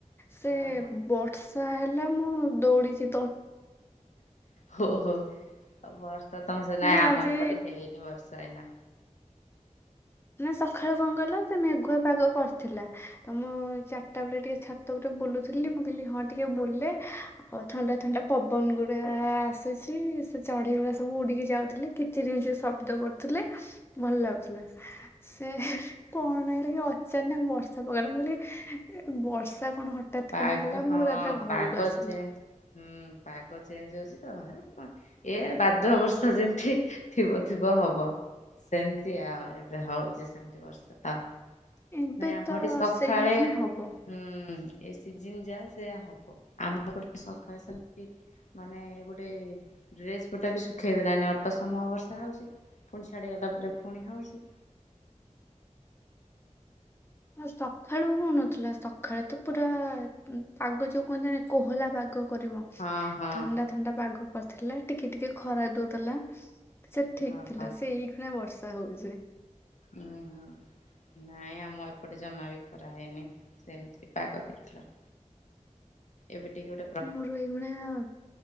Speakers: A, on the left; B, on the left.
A: ସେ
B: ଓହୋ
A: ସେ ବର୍ଷା ହେଲା ମୁଁ ଦୌଡ଼ିଛି
B: ହଁ ହଁ ହଁ ବର୍ଷା ତମସେପଟେ
A: ମାନେ
B: ନାଇଁ ଆମ
A: ଆଜି
B: ଏପଟେ ହେଇନି ବର୍ଷା। ଯାଇନା
A: ନା ସକାଳୁ କଣ କହେଲ ସେ ମେଘୁଆ ପାଗ କରିଥିଲା ମୁଁ ଚାରିଟା ବେଳେ ଟିକେ ଛା ଟୁ ଟେ ବୁଲୁଥିଲି ମୁଁ କହିଲି ହଁ ଟିକେ ବୁଲେ ହଉ ଥଣ୍ଡା ଥଣ୍ଡା ପବନ ଗୁଡା ଏ ଆସୁଛି ସେ ଚଢେଇ ଗୁଡାଏ ସବୁ ଉଡିକି ଯାଉଥିଲେ କିଚିରିମିଚିରି ଶବ ଶୀ ତ କରୁଥିଲେ ଭଲ ଲାଗୁଥିଲା ସେ କଣ ରହଲା କି ଅଚାନକ ବର୍ଷା ପକେଇଲା ମୁଁ କହିଲି ବର୍ଷା କଣ ହ ତାତିକିଣା
B: ପାଗ
A: ହେଲା
B: ହଁ
A: ମୁଁ ତାପରେ ଘରକୁ
B: ପାଗ
A: ଆସିଲି।
B: ଚେଞ୍ଜ ହୁଁ ପାଗ ଚେଞ୍ଜ ହଉଛି ତ। ଏ ବାଦୁଆ ବର୍ଷା ଯେଉଠି ଥିବ ଥିବ ହବ। ସେମିତି ଆଉ ଏବେ ହଉଛି ସେମତି ବର୍ଷା ଆଉ।
A: ଏବେ
B: ନାଇଁ ଆମର
A: ତ
B: ଏଠି ସକାଳେ।
A: ସେଇଆ ହିଁ ହବ
B: ହୁଁ ଏ ସିଜିନ ଯା ସେଇଆ ହବ ଆମ ଏଠି ସକାଳ ସେମିତି। ମାନେ ଗୋଟେ ଡ୍ରେସ ପଟା ବି ଶୁଖେଇ ଦେଲାଣିି ଅଳ୍ପ ସମୟ ବର୍ଷା ହଉଛି। ପୁଣି ଛାଡ଼ିଗଲା ପରେ ପୁଣି ହେଉଛି।
A: ସକାଳୁ ହଉନଥିଲା ସକାଳୁ ତ ପୁରା ପାଗ ଯୋଉ କୁହନ୍ତିନି କୋହଲା ପାଗ କରିବ।
B: ହଁ ହଁ।
A: ଥଣ୍ଡା ଥଣ୍ଡା ପାଗ କରିଥିଲା ଟିକେ ଟିକେ ଖରା ଦଉଥିଲା ସେ ଠିକ
B: ଓହୋ
A: ଥିଲା ସେ ଏଇ ଖଣା ବର୍ଷା। ହଉଛି।
B: ହୁଁ ହୁଁ। ନାଇଁ ଆମ ଏପଟେ ଜମା ବି ଖରା ହେଇନି ସେମିତି ପାଗ ଦେଇଥିଲା। ଏବେ ଟିକେ ଗୋ
A: ମୋର ଏଇଗୁଣା